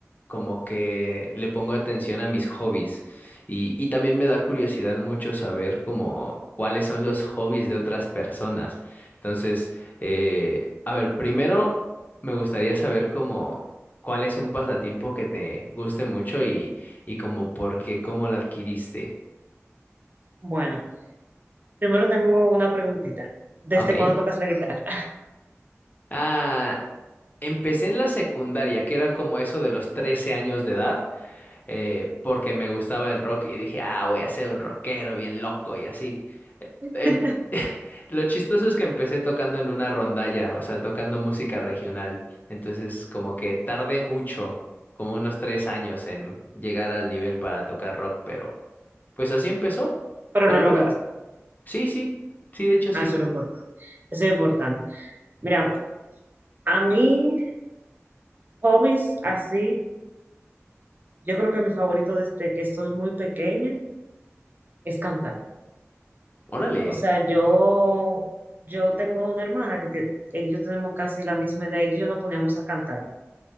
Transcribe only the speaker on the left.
como que le pongo atención a mis hobbies y, y también me da curiosidad mucho saber como cuáles son los hobbies de otras personas. Entonces, eh, a ver, primero me gustaría saber como cuál es un pasatiempo que te guste mucho y, y como por qué, cómo lo adquiriste.
Ah, Ok.
Ah, empecé en la secundaria, que era como eso de los 13 años de edad. eh, porque me gustaba el rock y dije, ah, voy a ser un rockero bien loco y así.
Em- <laughs> Lo chistoso es que empecé tocando en una rondalla, o sea, tocando música regional. Entonces, como que tardé mucho, como unos tres años en llegar al nivel para tocar rock, pero pues así empezó.
Pero
a
ver, sí, sí, sí, de hecho sí.
Órale,